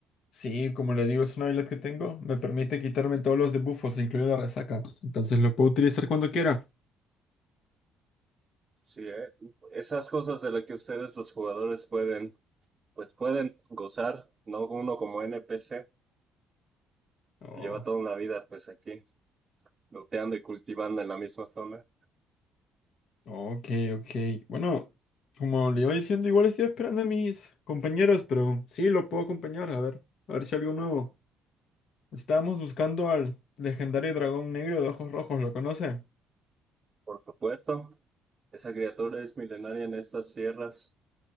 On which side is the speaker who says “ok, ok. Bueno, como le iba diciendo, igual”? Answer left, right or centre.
Left